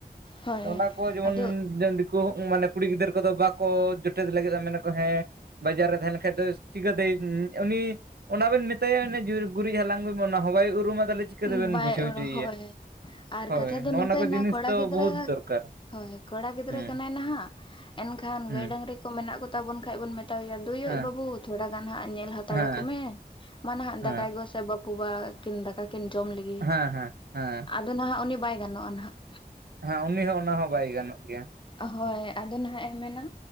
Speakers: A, on the left; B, on the right.
A: ᱦᱳᱭ
B: ᱚᱱᱟ ᱠᱚ ᱡᱮᱢᱚᱱ
A: ᱟᱫᱚ
B: ᱫᱤᱠ ᱠᱚ ᱢᱟᱱᱮ ᱠᱩᱲᱤ ᱜᱤᱫᱟᱹᱨ ᱠᱚᱫᱚ ᱵᱟᱠᱚ ᱡᱚᱴᱮᱫ ᱞᱟᱹᱜᱤᱫᱚᱜ- ᱟ ᱢᱮᱱᱟ ᱠᱚ ᱦᱮᱸ ᱵᱟᱡᱟᱨ ᱨᱮ ᱛᱟᱦᱮᱸ ᱞᱮᱱᱠᱷᱟᱡ ᱫᱚ ᱪᱤᱠᱟᱹ ᱛᱮ ᱩᱸ ᱩᱱᱤ ᱚᱱᱟ ᱵᱮᱱ ᱢᱮᱛᱟᱭᱟ ᱚᱱᱮᱡ ᱼᱼ ᱡᱩᱨ ᱜᱩᱨᱤᱡ ᱦᱟᱞᱟᱝ ᱜᱩᱭ ᱢᱮ ᱚᱱᱟ ᱦᱚᱭ ᱩᱨᱩᱢᱟ ᱛᱟᱦᱚᱞᱮ ᱪᱤᱠᱟᱹ
A: ᱩᱸ
B: ᱛᱮᱵᱮᱱ
A: ᱵᱟᱭ
B: ᱵᱩᱡᱷᱟᱹᱣ
A: ᱳᱨᱳ
B: ᱦᱚᱪᱚᱭᱮᱭᱟ
A: ᱦᱳᱭ ᱟᱨ
B: ᱦᱳᱭ
A: ᱠᱟᱛᱷᱟ ᱫᱚ
B: ᱱᱚᱜᱼᱚ
A: ᱱᱚᱝᱠᱟᱭ
B: ᱠᱚ
A: ᱱᱟ
B: ᱡᱤᱱᱤᱥ
A: ᱠᱚᱲᱟ
B: ᱫᱚ
A: ᱜᱤᱫᱽᱨᱟᱹᱼᱼ
B: ᱵᱚᱦᱩᱛ ᱫᱚᱨᱠᱟᱨ
A: ᱦᱚᱭ ᱠᱚᱲᱟ ᱜᱤᱫᱽᱨᱟᱹ
B: ᱦᱮᱸ
A: ᱠᱟᱱᱟᱭ ᱱᱟᱦᱟᱸᱜ ᱮᱱᱠᱷᱟᱱ
B: ᱦᱮᱸ
A: ᱜᱟᱹᱭ ᱰᱟᱹᱝᱨᱤ ᱠᱚ ᱢᱮᱱᱟᱜ ᱠᱚᱛᱟ ᱵᱚᱱ ᱠᱷᱟᱡ ᱵᱚᱱ ᱢᱮᱛᱟᱣ ᱟᱭᱟ ᱫᱳᱭᱳᱡ
B: ᱦᱮᱸ
A: ᱵᱟᱹᱵᱩ ᱛᱷᱚᱲᱟ ᱜᱟᱱ ᱦᱟᱸᱜ ᱧᱮᱞ ᱦᱟᱛᱟᱲᱟ
B: ᱦᱮᱸ
A: ᱠᱚ ᱢᱮ ᱢᱟ ᱱᱟᱦᱟᱸᱜ
B: ᱦᱮᱸ
A: ᱫᱟᱠᱟᱭ ᱜᱚᱥᱼᱼ ᱥᱮ ᱵᱟᱹᱯᱩ ᱵᱟ ᱠᱤᱱ ᱫᱟᱠᱟ ᱠᱤᱱ ᱡᱚᱢ ᱞᱮᱜᱮ
B: ᱦᱮᱸ ᱦᱮᱸ ᱦᱮᱸ
A: ᱟᱫᱚ ᱱᱟᱦᱟᱸᱜ ᱩᱱᱤ ᱵᱟᱭ ᱜᱟᱱᱚᱜ-ᱟ ᱱᱟᱦᱟᱸᱜ᱾
B: ᱦᱮᱸ ᱩᱱᱤ ᱦᱚᱸ ᱚᱱᱟ ᱦᱚᱸ ᱵᱟᱭ ᱜᱟᱱᱚᱜ ᱜᱮᱭᱟ᱾
A: ᱦᱚᱭ ᱟᱫᱚ ᱱᱟᱦᱟᱸᱜ ᱮ ᱢᱮᱱᱟ